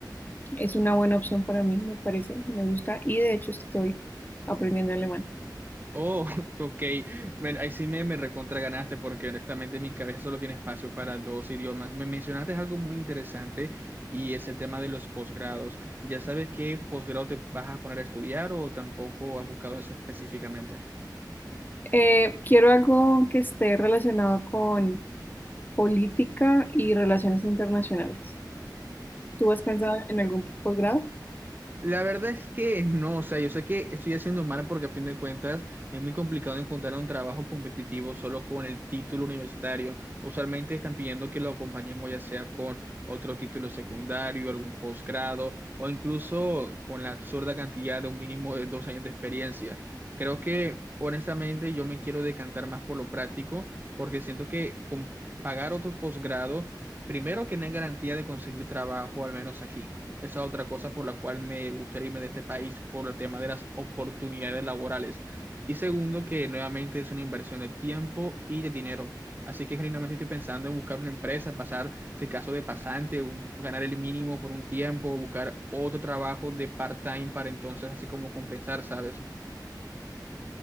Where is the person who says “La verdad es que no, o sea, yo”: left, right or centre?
Right